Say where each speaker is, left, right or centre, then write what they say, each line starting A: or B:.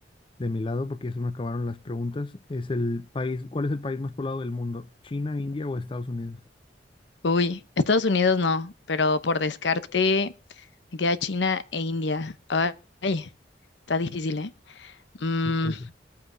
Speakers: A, on the left (about 30°); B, on the left (about 80°).
A: de mi lado, porque ya se me acabaron las preguntas, es el país, ¿cuál es el país más poblado del mundo? ¿China, India o Estados Unidos?
B: Uy, Estados Unidos no, pero por descarte me queda China e India. Ay, está difícil, ¿eh? Mm,
A: Y todo.